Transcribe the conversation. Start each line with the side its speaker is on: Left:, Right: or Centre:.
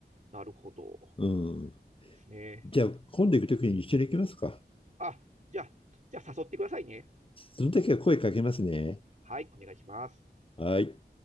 Right: なるほど。
Left: うん。
Right: ですね。
Left: じゃあ、今度行くときに一緒に行きますか。
Right: あ、じゃあ、じゃあ誘ってくださいね。
Left: その時は声かけますね。
Right: はい、お願いします。
Left: はい。